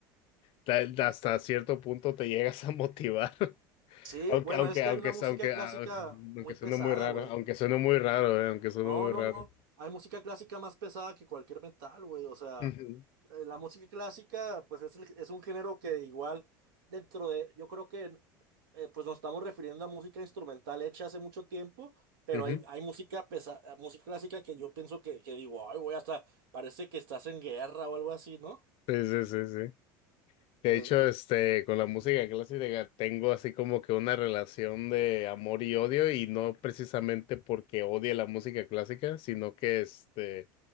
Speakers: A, on the left; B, on the right.
A: ta- hasta cierto punto te llegas a motivar, <laughs>
B: Sí,
A: aunque,
B: bueno,
A: aunque,
B: es que
A: aunque,
B: hay una música
A: aunque,
B: clásica
A: ah, aunque
B: muy pesada,
A: suene muy raro,
B: güey.
A: aunque suene muy raro, eh, aunque suene
B: No,
A: muy
B: no,
A: raro.
B: no. Hay música clásica más pesada que cualquier metal, güey. O sea.
A: Ujú,
B: eh, la música clásica, pues es, el- es un género que igual dentro de, yo creo que eh, pues nos estamos refiriendo a música instrumental hecha hace mucho tiempo, pero
A: ujú.
B: hay, hay música pesa, eh, música clásica que yo pienso que, que digo, ay, güey, hasta parece que estás en guerra o algo así, ¿no?
A: Sí, sí, sí, sí. De
B: Entonces,
A: hecho, este, con la música clásica tengo así como que una relación de amor y odio, y no precisamente porque odie la música clásica, sino que este,